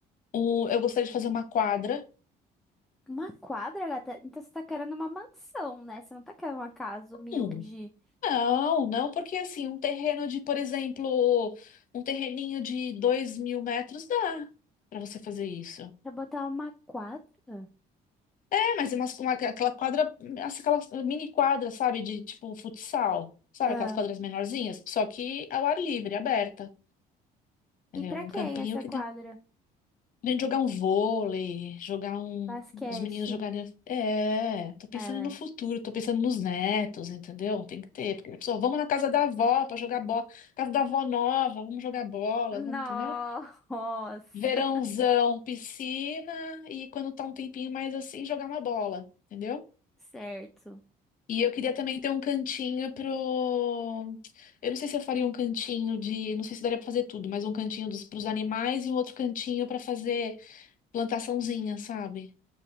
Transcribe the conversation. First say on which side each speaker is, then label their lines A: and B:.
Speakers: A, on the left; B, in the centre.
A: Um, eu gostaria de fazer uma quadra.
B: uma quadra, gata? Então você tá querendo uma mansão, né? Você não tá querendo uma casa humilde.
A: Hum, não, não, porque assim, um terreno de, por exemplo, um terreninho de dois mil metros dá pra você fazer isso.
B: Pra botar uma quadra?
A: É, mas é umas- uma, aquela quadra, aquela mini quadra, sabe, de tipo futsal, sabe,
B: Ah.
A: aquelas quadras menorzinhas, só que ao ar livre, aberta, entendeu?
B: E pra
A: Um
B: quem
A: campinho
B: essa
A: que
B: quadra?
A: dá. A gente jogar um vôlei, jogar um.
B: Basquete.
A: Os meninos jogarem. É, tô pensando
B: É,
A: no futuro,
B: né?
A: tô pensando nos netos, entendeu? Tem que ter. Porque a pessoa, vamos na casa da avó pra jogar bola. Casa da avó nova, vamos jogar bola,
B: Nossa,
A: vamos, entendeu? Verãozão,
B: <laughs>
A: piscina e quando tá um tempinho mais assim, jogar uma bola, entendeu?
B: certo.
A: E eu queria também ter um cantinho pro. Eu não sei se eu faria um cantinho de. Não sei se daria pra fazer tudo, mas um cantinho dos... pros animais e um outro cantinho pra fazer plantaçãozinha, sabe?